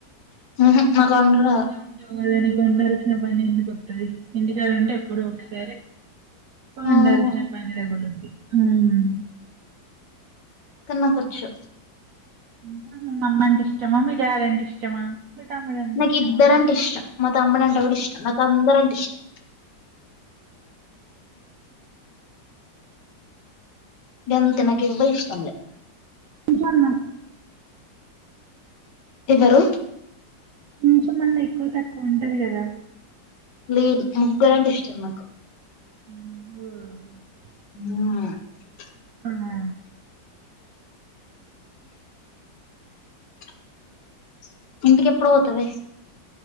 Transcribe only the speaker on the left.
మ్ హు
నాకు
అండరు
ఆ అవును
కన్ నాకొచ్చు
నాకు
ఇద్దరంటే ఇష్టం మా తమ్ముడంటే కూడా ఇష్టం నాకు అందరంటే ఇష్టం గంతే నాకు ఎవ్వల్ ఇష్టంలే
ఎవరు
లేదు ముగ్గురంటే ఇష్టం నాకు
హు
<inaudible> ఇంటికేప్పుడు పోతవె